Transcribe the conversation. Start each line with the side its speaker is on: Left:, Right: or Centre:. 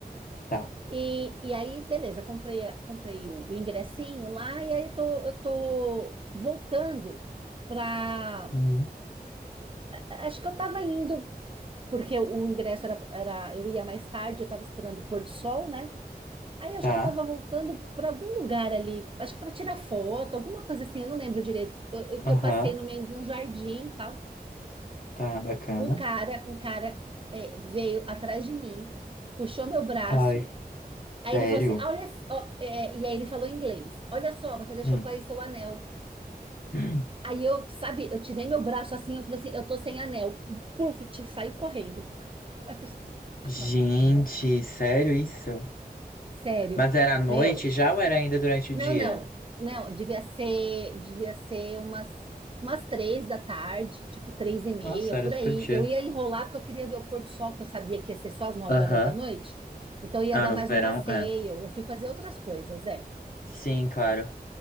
Left: tá,
Right: E, e aí, beleza, comprei, a- comprei o, o ingressinho lá e aí tô, eu tô voltando para
Left: hum,
Right: acho que eu tava indo porque o ingresso era, era eu ia mais tarde, eu tava esperando o pôr do sol, né? Aí acho
Left: tá.
Right: que eu tava voltando para algum lugar ali, acho que para tirar foto, alguma coisa assim, eu não lembro direito, eu- eu- que
Left: Aham,
Right: eu passei no meio de um jardim e tal.
Left: tá, bacana.
Right: Um cara, um cara é, veio atrás de mim, puxou meu braço,
Left: Ai,
Right: aí
Left: sério?
Right: ele falou assim: "Ah, olha, ó", é, e aí ele falou em inglês: olha só, você deixou
Left: Hum.
Right: cair seu anel.
Left: <clears throat>
Right: Aí eu, sabe, eu tirei meu braço assim, eu falei assim, eu tô sem anel. Puf, te- saí correndo. <laughs> Aí eu falei, assim,
Left: Gente,
Right: Como assim, anel?
Left: sério isso?
Right: Sério,
Left: Mas era à noite
Right: meu.
Left: já ou era ainda durante
Right: Não,
Left: o dia?
Right: não, não, devia ser, devia ser umas, umas três da tarde, tipo três e meia,
Left: Nossa, era
Right: por
Left: super
Right: aí.
Left: dia.
Right: Eu ia enrolar porque eu queria ver o pôr do sol, que eu sabia que ia ser só às nove
Left: Aham.
Right: horas da noite, então ia
Left: Ah,
Right: dar
Left: no
Right: mais
Left: verão,
Right: um passeio.
Left: é.
Right: Eu fui fazer outras coisas, é.
Left: Sim, claro.